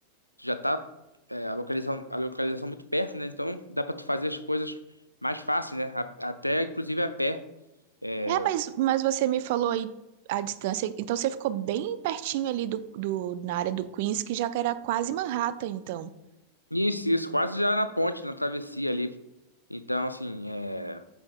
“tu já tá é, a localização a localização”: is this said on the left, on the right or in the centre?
Left